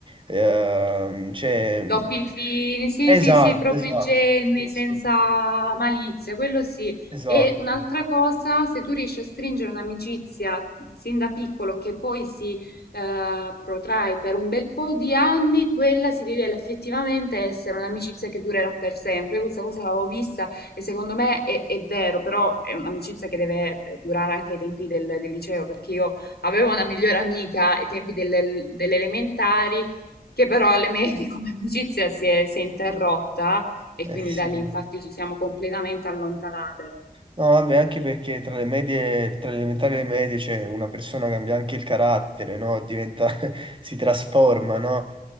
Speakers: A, on the right; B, on the left.
A: ehm, cioè...
B: Doppi fini, sì,
A: Esatto,
B: sì, sì, proprio
A: esatto,
B: ingenui,
A: sì,
B: senza
A: sì,
B: malizia, quello sì.
A: esatto,
B: E un'altra cosa, se tu riesci a stringere un'amicizia sin da piccolo che poi si eh, protrae per un bel po' di anni, quella si rivela effettivamente essere un'amicizia che durerà per sempre. Io Questa cosa l'avevo vista e secondo me è, è vero, però è un'amicizia che deve eh, durare anche ai tempi del, del liceo, perché io avevo una migliore amica ai tempi delle delle elementari che però alle medie come amicizia si è, si è interrotta e
A: eh,
B: quindi
A: sì.
B: da lì infatti ci siamo completamente allontanate.
A: No, vabbè, anche perché tra le medie, tra le elementari e le medie, cioè, una persona cambia anche il carattere, no? Diventa, <laughs> si trasforma, no?